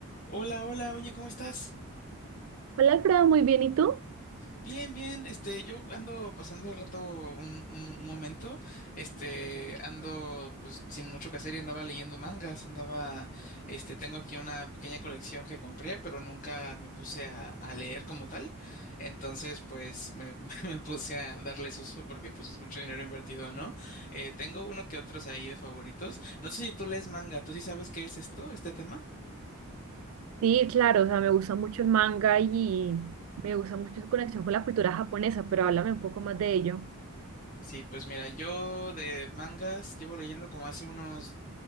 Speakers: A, on the left; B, on the right.
A: Hola, hola, oye, ¿cómo estás?
B: Hola, Alfredo, muy bien, ¿y tú?
A: Bien, bien, este, yo ando pasando el rato un, un momento, este, ando pues sin mucho que hacer y andaba leyendo mangas, andaba, este, tengo aquí una pequeña colección que compré, pero nunca me puse a, a leer como tal, entonces pues me, <laughs> me puse a darles uso porque pues es mucho dinero invertido, ¿no? Eh, tengo uno que otros ahí de favoritos, no sé si tú lees manga, ¿tú sí sabes qué es esto, este tema?
B: Sí, claro, o sea, me gusta mucho el manga y me gusta mucho su conexión con la cultura japonesa, pero háblame un poco más de ello.
A: Sí, pues mira, yo de mangas llevo leyendo como hace unos